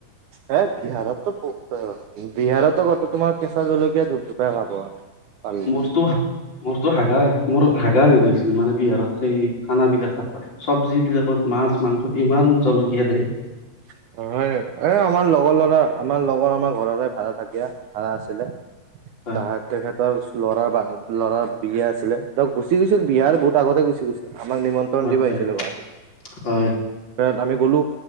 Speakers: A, on the right; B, on the left.
A: হে বিহাৰততো <unintelligible> বিহাৰতো <unintelligible> তোমাৰ কেঁচা জলকীয়া ধূপ ধূপাই খাব পাৰিলে
B: মোৰ তো মোৰ তো হাগা হয় মোৰ হাগ- -গা হৈ গৈছিল মানে বিহাৰত সেই খানা বিলাক খাই <unintelligible> চব্জি বিলাকত মাছ মাংসত ইমান, জলকীয়া দে
A: <unintelligible> এ আমাৰ লগৰ ল'ৰা আমাৰ লগৰ আমাৰ ঘৰতে ভাড়া থাকে ভাড়া আছিলে। <unintelligible>
B: হয়
A: তেখেতৰ ল'ৰা <unintelligible> ল'ৰাৰ বিয়া আছিলে ত গুচি গৈছিল বিয়াৰ বহুত আগতে গৈছিল। -চি গৈছে। আমাক নিমন্ত্ৰণ
B: হয়
A: দিব
B: হয়
A: আহিছিলে গুৱাহাটীত
B: হয়
A: <unintelligible> আমি। গলো।